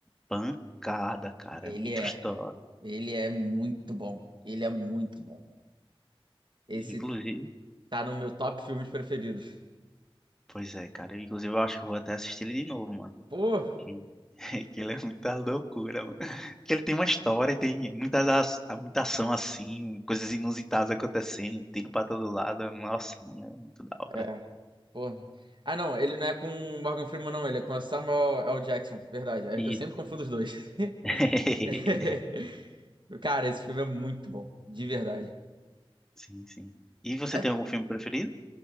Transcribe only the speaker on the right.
Ele
é.
Ele é muito bom. Ele é muito bom. Esse
Tá no meu top filmes preferidos.
Pô,
É. pô. Ah, não, ele não é com o Morgan Freeman, não. Ele é com a Samuel L. Jackson. Verdade. É,
Eu sempre confundo os dois.
<laughs> Cara, esse filme é muito bom. De verdade.
Ai,